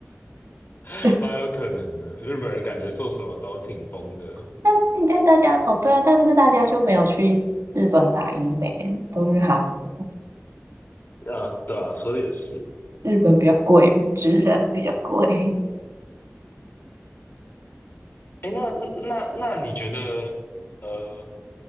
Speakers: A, on the left (about 45°); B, on the right (about 75°).
A: <laughs>
B: <laughs>
A: 蛮有可能的。日本人感觉做什么都挺疯的，
B: 那你看大家哦，对啊，但是大家就没有去日本打医美，都去韩国。
A: 啊，对啊，说的也是。
B: 日本比较贵嘛，直人比较贵。
A: 哎，那那那你觉得，呃，